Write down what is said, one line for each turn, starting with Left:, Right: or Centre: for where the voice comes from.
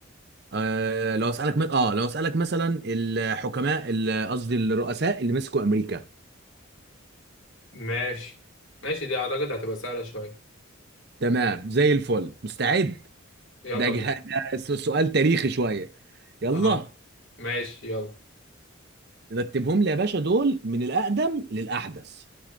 Right: آه لو اسالك م... اه لو اسالك مثلا الحكماء ال- قصدي الرؤساء اللي مسكوا امريكا
Left: ماشي ماشي دي اعتقد هتبقى سهلة شوية
Right: تمام زي الفل مستعد
Left: يلا
Right: ده, جه...
Left: بينا
Right: ده س- سؤال تاريخي شويه يلا
Left: اه ماشي يلا
Right: رتبهم لي يا باشا دول من الاقدم للاحدث